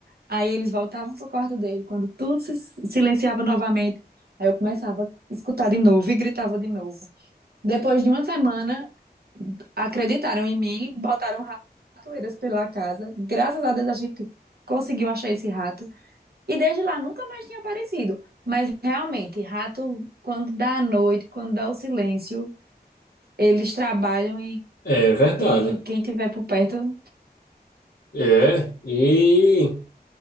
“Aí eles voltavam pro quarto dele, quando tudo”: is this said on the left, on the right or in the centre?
Right